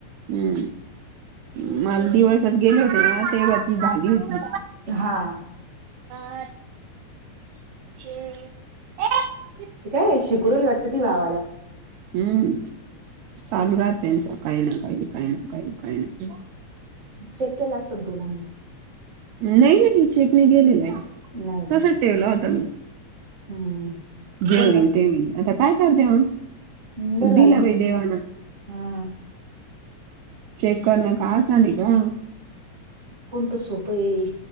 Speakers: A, on the right (about 80°); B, on the right (about 25°).
A: हम्म मला दिवसात गेले होते ना तेव्हा ती झाली होती.
B: हा.
A: आ. े <unintelligible>
B: ते काय शिकुरला वाटतं ती भावाला.
A: हम्म चालू राहत त्यांच काही ना काही काही ना काही काही ना काही
B: चेक केला अस तु मग.
A: नाही नाही चेक म गेलेला आहे
B: नाही का
A: कसं ठेवला होता मी.
B: हम्म
A: जे
B: बर
A: होईल
B: जा.
A: ते होईल आता काय करते मग.
B: हम्म बरं
A: दिला
B: झालं ना
A: भाई
B: ते.
A: देवाना.
B: हा
A: चेक करणार कासा न का.
B: कोणतं सोपं आहे.